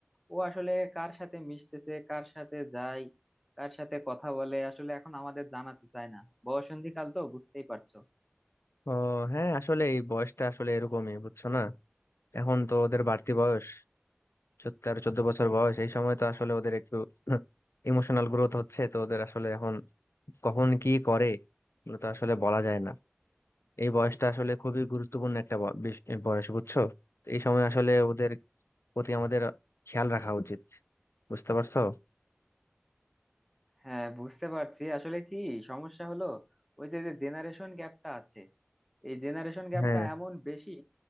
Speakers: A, in the centre; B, on the left.
A: ও আসলে কার সাথে মিশতেছে কার সাথে যায় কার সাথে কথা বলে আসলে এখন আমাদের জানাতে চায় না বয়ঃসন্ধিকাল তো বুঝতেই পারছো
B: ও হ্যাঁ আসলে এই বয়সটা আসলে এরকমই বুঝছো না এখন তো ওদের বাড়তি বয়স চোদ্দ তেরো চোদ্দ বছর বয়স এই সময় তো আসলে ওদের একটু <laughs> ইমোশনাল গ্রোথ হচ্ছে তো ওদের আসলে এখন কখন কি করে এগুলো তো আসলে বলা যায় না এই বয়সটা আসলে খুবই গুরুত্বপূর্ণ একটা ব- বিষ- বয়স বুঝছো তো এই সময় আসলে ওদের প্রতি আমাদের খেয়াল রাখা উচিত বুঝতে পারছো
A: হ্যাঁ বুঝতে পারছি আসলে কি সমস্যা হলো ওই যে যে জেনারেশন গ্যাপটা আছে এই জেনারেশন গ্যাপটা
B: হ্যাঁ
A: এমন বেশি